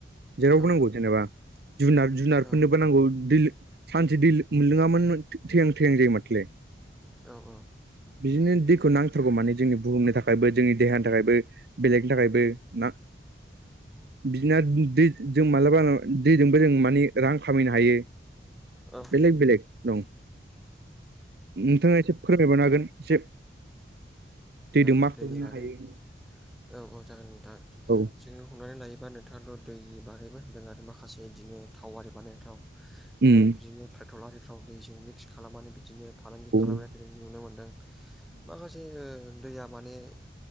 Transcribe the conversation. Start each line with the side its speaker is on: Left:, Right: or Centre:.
Right: जेरावबो
Centre: औ
Right: नांगौ जेनेबा जुनार जुनारफोरनोबो
Centre: औ
Right: नांगौ दैल सानसे दैल मोनलोङाबा थैहां थैहां जायो माथो।
Centre: औ औ
Right: बिदिनो दैखौ नांथारगौ माने जोंनि बुहुमनि थाखायबो जोंनि देहानि थाखायबो बेलेगनि थाखायबो ना बिदिना दै जों मालाबाा दैजोंबो जों मानि रां खामायनो हायो।
Centre: औ
Right: बेलेग बेलेग दं नोंथाङा एसे फोरमायबनो हागोन एसे
Centre: औ
Right: दैजों मा खालामनो
Centre: दैनि बागैनो
Right: हायो
Centre: औ औ जागोन नोंथां
Right: औ
Centre: जङो हमनानै लायोबा नों थाङाथ' दै बानायबो होनदों आरो माखासे बिदिनो थावि बानायनाय थाव
Right: उम
Centre: बिदिनो पेटल आरारिफ्राव दैजों मिक्स खालामनानै बिदिनो फालांगि
Right: औ उम
Centre: खालामनायखौ जों नुनो मोनदों माखासे एसे दैया माने